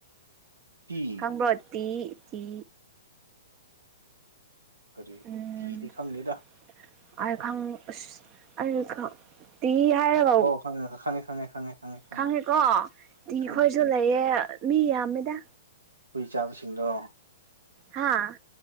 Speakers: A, on the right (about 85°); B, on the right (about 35°).
A: ꯇꯤ
B: <unintelligible> ꯇꯤ ꯇꯤ
A: ꯀꯔꯤ
B: ꯎꯝ
A: ꯇꯤꯗꯤ ꯈꯪꯗꯦꯗ
B: <unintelligible> ꯇꯤ ꯍꯥꯏꯔ
A: ꯑꯣ ꯈꯪꯉꯦ ꯈꯪꯉꯦ ꯈꯪꯉꯦ ꯈꯪꯉꯦ ꯈꯪꯉꯦ ꯈꯪꯉꯦ
B: ꯈꯪꯉꯦꯀꯣ ꯗꯤ
A: ꯈꯪꯉꯦ
B: ꯈꯣꯏꯁꯨ
A: ꯎꯝ
B: ꯂꯩꯌꯦ ꯃꯤ ꯌꯥꯝꯃꯦꯗ
A: ꯍꯨꯏ ꯆꯥꯕꯁꯤꯡꯗꯣ
B: ꯍꯥꯥ